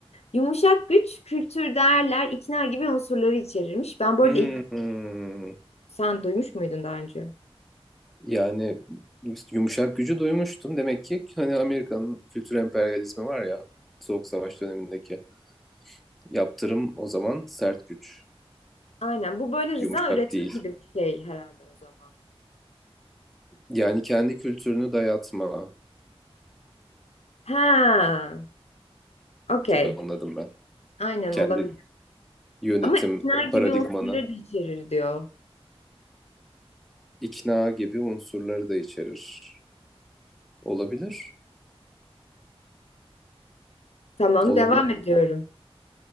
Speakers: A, on the left; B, in the centre.
A: Yumuşak güç, kültür, değerler, ikna gibi unsurları içerirmiş. Ben bu arada
B: Hmm.
A: Sen duymuş muydun daha önce?
B: Yani yumuşak gücü duymuştum. Demek ki hani Amerika'nın kültür emperyalizmi var ya Soğuk Savaş dönemindeki. Yaptırım o zaman sert güç.
A: Aynen. Bu böyle rıza
B: Yumuşak
A: üretimi
B: değil.
A: gibi bir şey herhalde o zaman.
B: Yani kendi kültürünü dayatma
A: Ha, okey.
B: gibi anladım ben.
A: Aynen
B: kendi
A: olabilir.
B: yönetim
A: Ama ikna gibi
B: paradigmanı,
A: unsurları da içerir diyor.
B: ikna gibi unsurları da içerir. Olabilir,
A: Tamam,
B: olabilir
A: devam ediyorum.